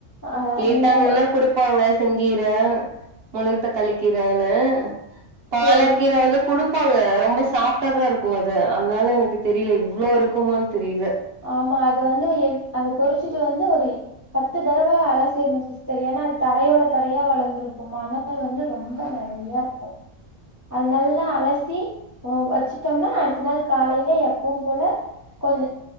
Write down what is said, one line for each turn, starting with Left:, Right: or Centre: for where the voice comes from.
Left: ஆ
Right: கேட்டாங்கன்னா
Left: நீங்க
Right: குடுப்பாங்க செங்கீர மொழ தக்காளி கீரன்னு பாலக்கீர
Left: சேரி
Right: வந்து குடு <unintelligible> ரொம்ப சாஃப்ட்டாதா இருக்கு அது அதனால எனக்கு தெரில இவ்ளோ இருக்குமானு தெரில
Left: ஆமா அது வந்து எ அது பொறிச்சிட்டு வந்து ஒரு இ பத்து தடவ அலசிரணு சிஸ் சிஸ்டர் ஏன்னா அது தரையோட தரையா வளர்ந்திருக்கு மணல் வந்து ரொம்ப நெறையா இருக்கு அது நல்லா அலசி ஓ வெச்சுட்டம்னா அடுத்த நாள் காலைல எப்பவு போல கொஞ்ச